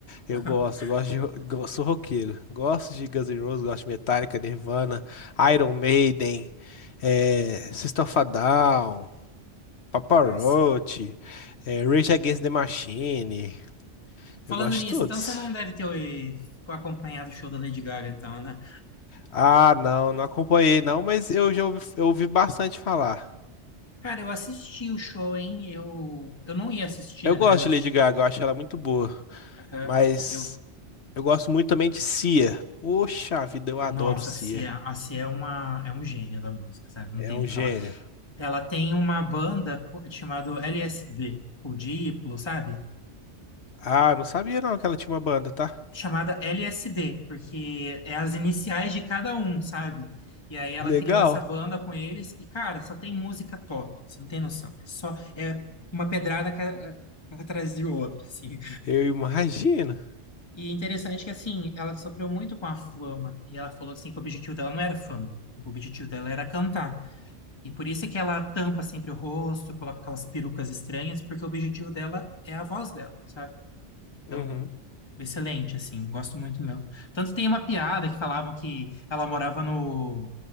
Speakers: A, on the left; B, on the left.
A: Eu
B: <laughs>
A: gosto, gosto de, go- sou roqueiro. Gosto de Guns N' Roses, gosto de Metallica, Nirvana, Iron Maiden, é, System of a Down, Papa
B: Nossa.
A: Roach, é, Rage Against the Machine.
B: Falando
A: Eu gosto
B: nisso,
A: de todos.
B: então você não deve ter eh, acompanhado o show da Lady Gaga, então, né?
A: Ah, não, não acompanhei não, mas eu já ouvi, eu ouvi bastante falar.
B: Cara, eu assisti o show, hein? Eu, eu não ia assistir,
A: Eu
B: na
A: gosto
B: verdade, eu, assisti-
A: de Lady Gaga, eu acho ela muito boa.
B: eh,
A: Mas
B: eu-
A: Eu gosto muito também de Cia. Poxa vida, eu adoro
B: nossa,
A: Cia.
B: a Cia, a Cia é uma, é um gênio da música, sabe? Não
A: É
B: tem
A: um
B: o que
A: gênio.
B: falar. Ela tem uma banda co- chamada LSD, o Diplo, sabe?
A: Ah, não sabia não que ela tinha uma banda, tá?
B: Chamada LSD, porque é as iniciais de cada um, sabe? E aí ela
A: Legal.
B: criou essa banda com eles e, cara, só tem música top, você não tem noção. É Só é uma pedrada ca- atrás de outra, assim.
A: Eu imagino.
B: E é interessante que, assim, ela sofreu muito com a fama e ela falou, assim, que o objetivo dela não era fama, o objetivo dela era cantar. E por isso é que ela tampa sempre o rosto, coloca aquelas perucas estranhas, porque o objetivo dela é a voz dela, sabe? Então,
A: Uhum.
B: excelente, assim, gosto muito dela. Tanto tem uma piada que falavam que ela morava no,